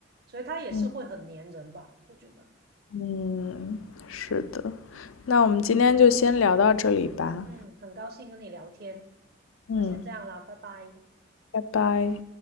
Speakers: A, on the right; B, on the left.
A: 所以它也是会很粘人吧，
B: 嗯
A: 我觉得。
B: 嗯，是的。那我们今天就先聊到这里吧。
A: 嗯，很高兴跟你聊天，
B: 嗯，
A: 那先这样啦，拜拜。
B: 拜拜。